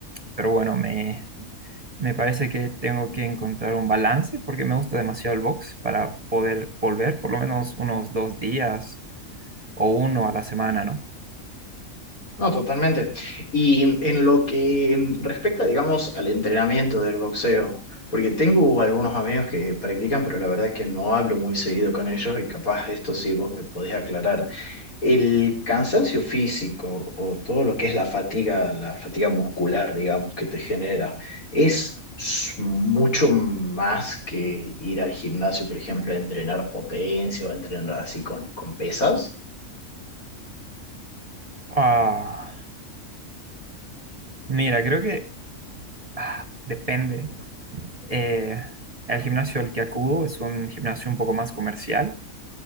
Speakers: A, on the right (about 30°); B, on the left (about 85°).
A: Pero bueno, me, me parece que tengo que encontrar un balance porque me gusta demasiado el box para poder volver por lo menos unos dos días o uno a la semana, ¿no?
B: No, totalmente. Y en lo que mm, respecta, digamos, al entrenamiento del boxeo, porque tengo algunos amigos que practican, pero la verdad que no hablo muy seguido con ellos y capaz esto sí vos me podés aclarar. El cansancio físico o todo lo que es la fatiga, la fatiga muscular, digamos, que te genera, es s- mucho más que ir al gimnasio, por ejemplo, a entrenar potencia o entrenar así con, con pesas.
A: Ah, mira, creo que ah, depende. Eh, el gimnasio al que acudo es un gimnasio un poco más comercial,